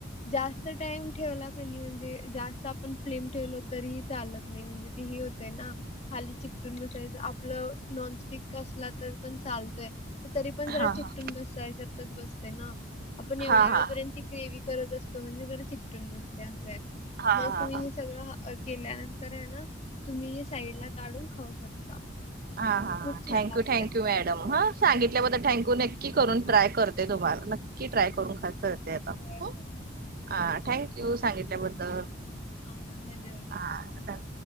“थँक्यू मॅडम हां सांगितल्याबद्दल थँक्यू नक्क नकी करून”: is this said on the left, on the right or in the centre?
Right